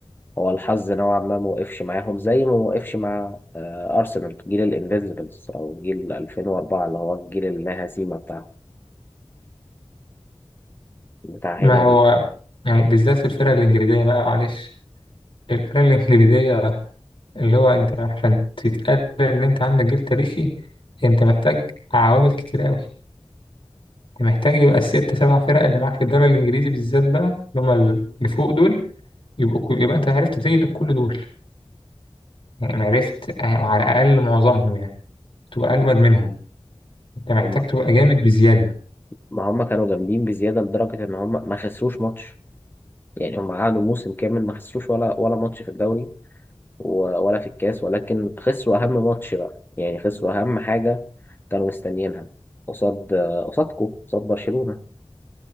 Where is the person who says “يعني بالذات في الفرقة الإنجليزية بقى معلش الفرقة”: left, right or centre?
Left